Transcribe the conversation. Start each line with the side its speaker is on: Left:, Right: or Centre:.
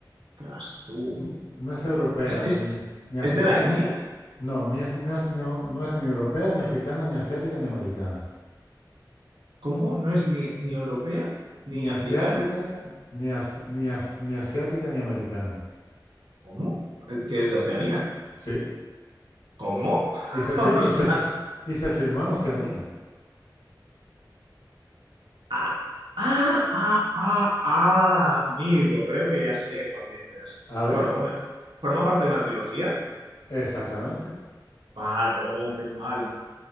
Right: ¿tras tú.
Left: n- No es europea,
Right: ¿Es, es,
Left: ni, ni africana.
Right: es de la India?
Left: No, ni es- no, es, no- no es ni europea, ni africana, ni asiática, ni americana.
Right: ¿Cómo? ¿No es ni, ni europea ni
Left: Ni
Right: africana?
Left: asiática, ni, as- ni, as- ni asiática, ni americana.
Right: ¿Cómo? Eh, ¿Que es de Oceanía?
Left: Sí.
Right: ¿Cómo?
Left: Y se, fi-
Right: <laughs>
Left: y se
Right: ¡Ostras!
Left: fi- y se filmó en Oceanía.
Right: Ah, ah, ah, ah, ah, amigo, creo que ya sé cuál dices.
Left: A ver,
Right: Bueno, una. ¿Forma parte de una trilogía?
Left: exactamente.
Right: Vale, oh, qué mal,